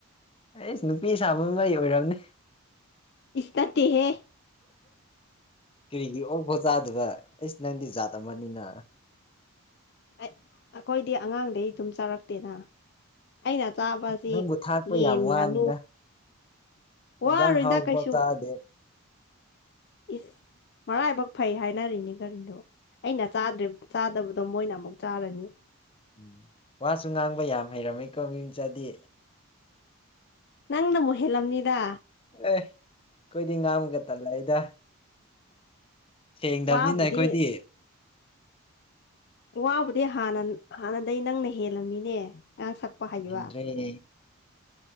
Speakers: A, on the left (about 25°); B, on the left (about 50°).
A: ꯑꯩꯁ ꯅꯨꯄꯤ ꯁꯥꯃꯟꯕꯩ ꯑꯣꯏꯔꯝꯅꯤ꯫
B: ꯏꯁ ꯅꯠꯇꯦꯍꯦ꯫
A: ꯀꯔꯤꯒꯤ ꯑꯣ ꯕꯣꯖꯥꯗꯨꯕ ꯑꯩꯁ ꯅꯪꯗꯤ ꯖꯥꯠ ꯑꯃꯅꯤꯅ꯫
B: ꯑꯩꯈꯣꯏꯗꯤ ꯑꯉꯥꯡꯗꯩ ꯑꯗꯨꯝ ꯆꯥꯔꯛꯇꯦꯅ꯫ ꯑꯩꯅ ꯆꯥꯕꯁꯤ
A: ꯅꯪꯕꯨ ꯊꯥꯛꯄ
B: ꯌꯦꯟ
A: ꯌꯥꯝ ꯋꯥꯅꯤꯗ
B: ꯉꯥꯅꯨ꯫ ꯋꯥꯔꯣꯏꯗ
A: ꯏꯟꯖꯥꯡ ꯍꯥꯎꯕ
B: ꯀꯩꯁꯨ
A: ꯆꯥꯗꯦ꯫
B: ꯏꯁ ꯃꯔꯥꯏꯕꯛ ꯐꯩ ꯍꯥꯏꯅꯔꯤꯅꯦ ꯀꯔꯤꯗꯣ꯫ ꯑꯩꯅ ꯆꯥꯗꯕꯗꯣ ꯃꯣꯏꯅ ꯑꯃꯨꯛ ꯆꯥꯔꯅꯤ꯫
A: ꯎꯝ ꯋꯥꯁꯨ ꯉꯥꯡꯕ ꯌꯥꯝ ꯍꯩꯔꯝꯃꯦꯀꯣ ꯃꯤ ꯃꯆꯥꯗꯤ꯫
B: ꯅꯪꯅꯃꯣ ꯍꯦꯜꯂꯝꯅꯤꯗ꯫
A: ꯑꯦ ꯀꯣꯏꯗꯤ ꯉꯥꯡꯃꯒ ꯇꯜꯂꯩꯗ꯫ ꯁꯦꯡꯗꯕꯅꯤꯅ
B: ꯋꯥꯕꯨꯗꯤ
A: ꯑꯩꯈꯣꯏꯗꯤ꯫
B: ꯋꯥꯕꯨꯗꯤ ꯍꯅ ꯍꯥꯟꯅꯗꯩ ꯅꯪꯅ ꯍꯦꯜꯂꯝꯃꯤꯅꯦ ꯑꯥꯡ ꯁꯛꯄ꯫ ꯍꯩꯕ
A: ꯑꯦ꯫